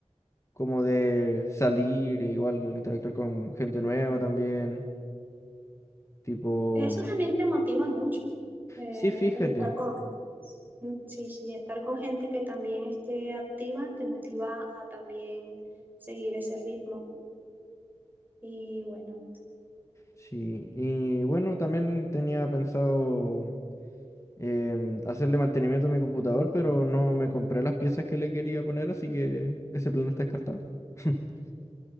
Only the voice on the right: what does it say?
Eso también te motiva mucho, eh,
el estar con, mm, sí, sí, estar con gente que también esté activa te motiva a también seguir ese ritmo. Y bueno,